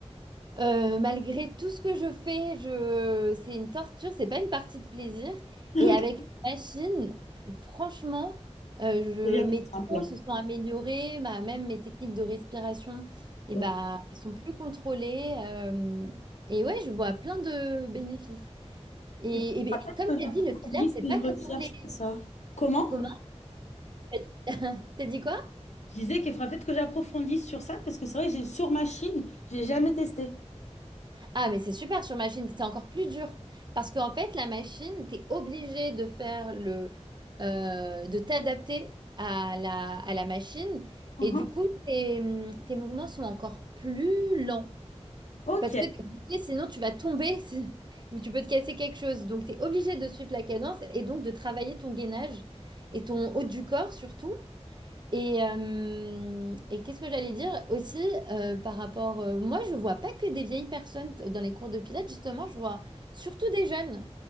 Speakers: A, on the right (about 40°); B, on the left (about 80°).
A: Euh, malgré tout ce que je fais, je... c'est une torture, c'est pas une partie de plaisir.
B: Ok,
A: Et avec une machine, franchement, euh,
B: c'est bien
A: je... mes
B: plus simple.
A: temps se sont améliorés, ma... même mes techniques de respiration, et
B: Ok.
A: bah, elles sont plus contrôlées. euh, Et ouais, je vois plein de bénéfices. Et,
B: Et ben,
A: et-
B: peut-être
A: et comme
B: que
A: tu as
B: j'approfondisse
A: dit, le pilates, c'est pas
B: mes recherches
A: que pour les
B: sur ça. Comment?
A: communs. <laughs> T'as dit quoi?
B: Je disais qu'il faudra peut-être que j'approfondisse sur ça, parce que c'est vrai que j'ai sur machine, j'ai jamais testé.
A: Ah, mais c'est super sur machine, c'est encore plus dur. Parce qu'en fait, la machine, t'es obligé de faire le, euh, de t'adapter à la, à la machine.
B: Uhum.
A: Et du coup, tes, hum, tes mouvements sont encore plus lents.
B: Ok.
A: Parce que t'es obligé, sinon tu vas tomber <laughs> ou tu peux te casser quelque chose. Donc, t'es obligé de suivre la cadence et donc de travailler ton gainage et ton haut du corps surtout. Et, euh, et qu'est-ce que j'allais dire aussi euh, par rapport... euh, moi, je vois pas que des vieilles personnes t- dans les cours de pilates, justement, je vois surtout des jeunes.